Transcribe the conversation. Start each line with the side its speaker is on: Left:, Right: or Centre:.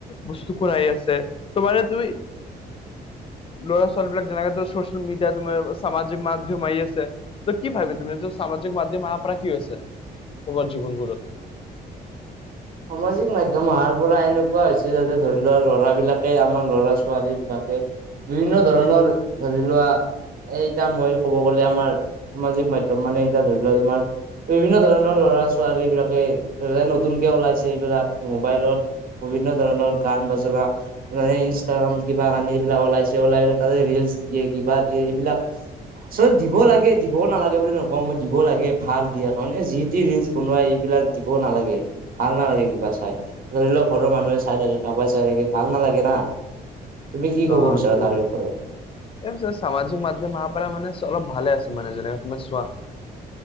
Left: বস্তু খন আহি আছে। তোমাৰে দুই ল'ৰা ছোৱালী বিলাক যেনেকে চ ছচেলমিডিয়া তোমাৰ সামাজিক মাধ্যম আহি আছে। ত কি ভাবি তুমি সামাজিক মাধ্যম আহাৰ পৰা কি আছে তোমাৰ জীৱনবোৰত।
Right: সামাজিক মাধ্যয়ম অহাৰ পৰা এনেকুৱা হৈছে যাতে ধৰি ল লৰা বিলাকে আমাৰ লৰা ছোৱালী বিলাকে বিভিন্ন ধৰণৰ ধৰি লোৱা এইটা মই কব গ'লে আমাৰ সামাজিক মাধ্যম মানে এতিয়া ধৰি লোৱা তোমাৰ বিভিন্ন ধৰণৰ ল'ৰা ছোৱালী বিলাকে নতুনকে ওলাইছে এইবিলাক মোবাইলত বিভিন্ন ধৰণৰ গান বাজনা মানে ইনষ্টাগ্ৰাম কিবা কানি এইবিলাক ওলাইছে ওলাই পেলাই তাতে ৰিলচ দিয়ে কিবা দিয়ে এইবিলাক চ দিব লাগে দিব নালাগে বুলি নকওঁ মই দিব লাগে ভাল দিয়া কাৰণে যি টি ৰিলচ বনোৱা এইবিলাক দিব নালাগে। ভাল নালাগে কিবা চাই ধৰি লওক ঘৰৰ মানুহে চাই থাকে কাৰোবাই চাই থাকে ভাল নালাগে না। তুমি কি
Left: অ'।
Right: ক'ব বিচাৰা তাৰে ওপৰত
Left: এই সামাজিক মাধ্যম অহা পৰা মানে অলপ ভালে আছে মানে যেনেকা তুমি চোৱা।